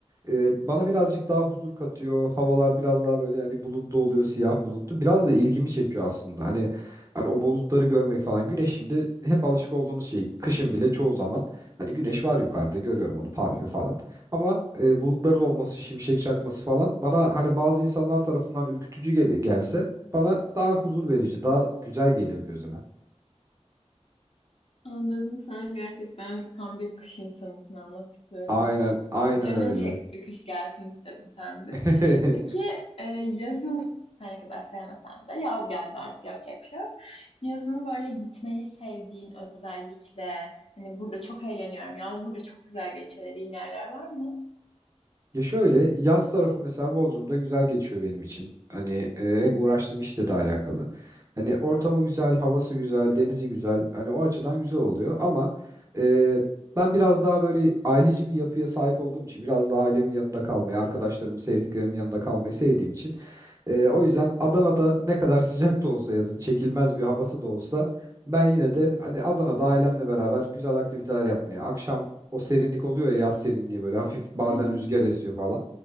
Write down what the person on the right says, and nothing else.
e, bana birazcık daha huzur katıyor. Havalar biraz daha böyle hani bulutlu oluyor, siyah bulutlu. Biraz da ilgimi çekiyor aslında. Hani, hani o bulutları görmek falan. Güneş şimdi hep alışık olduğumuz şey. Kışın bile çoğu zaman hani güneş var yukarıda görüyorum onu parlıyor falan. Ama e, bulutların olması, şimşek çakması falan bana hani bazı insanlar tarafından ürkütücü gel gelse bana daha huzur verici, daha güzel geliyor gözüme.
Aynen,
aynen
öyle.
<laughs>
Ya şöyle yaz tarafı mesela Bodrum'da güzel geçiyor benim için. Hani e, hem uğraştığım işle de alakalı. Hani ortamı güzel, havası güzel, denizi güzel. Hani o açıdan güzel oluyor ama e, ben biraz daha böyle aileci bir yapıya sahip olduğum için biraz daha ailemin yanında kalmayı, arkadaşlarımın, sevdiklerimin yanında kalmayı sevdiğim için ee, o yüzden Adana'da ne kadar sıcak da olsa yazın, çekilmez bir havası da olsa ben yine de hani Adana'da ailemle beraber güzel aktiviteler yapmaya, akşam o serinlik oluyor ya yaz serinliği böyle hafif
bazen rüzgar esiyor falan.